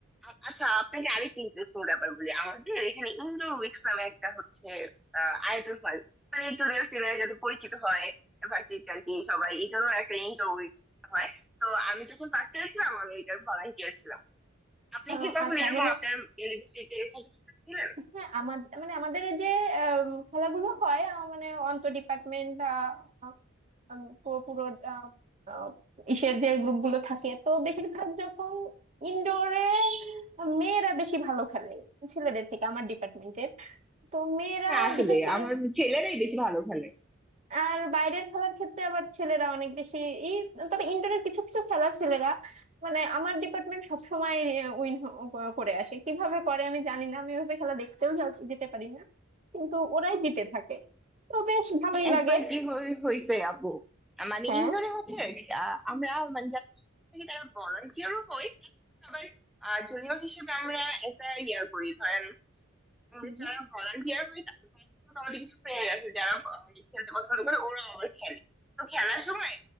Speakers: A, in the centre; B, on the right.
A: আ- আচ্ছা আপনাকে আরেকটা ইন্টারেস্টিং ব্যাপার বলি আমাদের এখানে ইন্ডো উইকস নামে একটা হচ্ছে আহ, আয়োজন হয় মানে জুনিয়র সিনিয়র যাতে পরিচিত হয় ভার্সিটি আর কি সবাই এই জন্য একটা ইন্ডো উইকস হয় তো আমি যখন পাশে ছিলাম আমি এটার ভলান্টিয়ার ছিলাম আপনি
B: আহ,
A: কি কখন
B: আচ্ছা
A: এরকম
B: মানে
A: আপনার ইউনিভার্সিটিতে এরকম কিছু ছিলেন
B: হ্যাঁ আমাদের মানে আমাদের যে আম, খেলাগুলো হয় আহ, মানে অন্তর ডিপার্টমেন্ট বা আহ, আম, পু- পুরো আম, আহ, ইসের যে গ্রুপগুলো থাকে তো বেশিরভাগ যখন ইনডোরে মেয়েরা বেশি ভালো খেলে ছেলেদের থেকে আমার ডিপার্টমেন্টের তো মেয়েরা
A: হ্যাঁ আসলে
B: বিশেষ করে
A: আমার ছেলেরাই বেশি ভালো খেলে
B: আর বাইরের খেলার ক্ষেত্রে আবার ছেলেরা অনেক বেশি এই তবে ইনডোরের কিছু কিছু খেলা ছেলেরা মানে আমার ডিপার্টমেন্ট সবসময় উইন করে আসে কিভাবে করে আমি জানি না আমি ওইভাবে খেলা দেখতেও যা- যেতে পারি না কিন্তু ওরাই জিতে থাকে তো বেশ ভালোই
A: একবার
B: লাগে
A: কি হয়ে- হয়েছে আপু মানে
B: হ্যাঁ
A: ইনডোরে হচ্ছে আহ, আমরা মানে যারা ছোট থাকি তারা ভলান্টিয়ারও হই আবার আহ জুনিয়র হিসেবে আমরা একটা ইয়ে করি ধরেন আমাদের
B: হুম
A: যারা volunteer হয় তাদের তো আমাদের কিছু friend আছে যারা মানে খেলতে পছন্দ করে ওরা আবার খেলে তো খেলার সময়